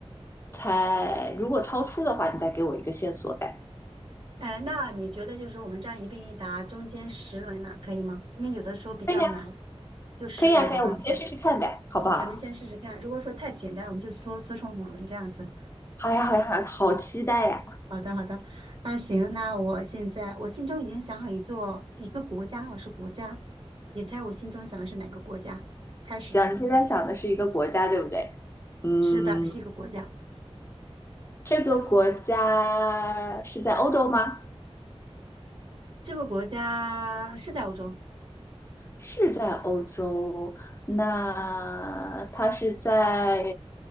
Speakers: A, on the left (about 25°); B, on the right (about 55°).
A: 猜如果超出的话，你再给我一个线索呗。
B: 哎，那你觉得就是我们这样一问一答，中间十轮呢，可以吗？因为有的时候比较难，
A: 可以呀，
B: 就十轮，
A: 可以呀，可以呀我们先试试看呗，
B: 好吧？
A: 好不好？
B: 咱们先试试看，如果说太简单，我们就缩缩成五轮这样子。
A: 好呀，好呀，好呀，好期待呀！
B: 好的，好的，那行，那我现在我心中已经想好一座一个国家哈，是国家，你猜我心中想的是哪个国家？开始，
A: 行，你现在想的是一个国家，对不对？嗯，
B: 是的，是一个国家，
A: 这个国家是在欧洲吗？
B: 这个国家是在欧洲，
A: 是在欧洲。那它是在